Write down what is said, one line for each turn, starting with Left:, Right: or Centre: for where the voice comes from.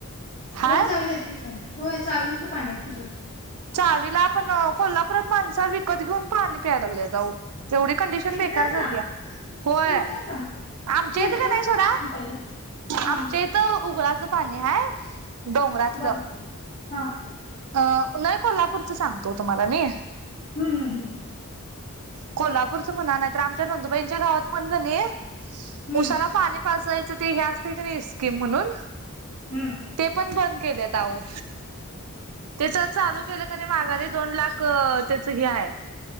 Right: हाय
Left: रोज चावीला येतंय की होय चावीचं पाणी ये आमच्या कडं
Right: चावीला आपण कोल्हापुरात माणसं विकत घिऊन पाणी प्यायला लागल्यात आहो. तेवढी कंडिशन
Left: फिल्टरचा
Right: बेकार झाल्या. होय.
Left: फिल्टरचा
Right: आमच्या
Left: फिल्टरचं
Right: इथं कने सोडा,
Left: आहे आमच्याकडं हा
Right: आमच्या इथं उघड चं पाणी हाय डोंगरातलं
Left: बर हा.
Right: अं उन्हाळी कोल्हापूरचं सांगतो तुम्हाला मी
Left: हम-हम-हम
Right: कोल्हापूरच म्हणा नाही तर आमच्या नंदुबाईंच्या गावात पण कने
Left: हम्म
Right: उसाला पाणी पाचायचं ते हे असतंय कने स्कीम म्हणून
Left: हम्म
Right: ते पण बंद केल्यात आहो. त्याच चालू केलं क माघारी दोन लाख त्याचं हे हाय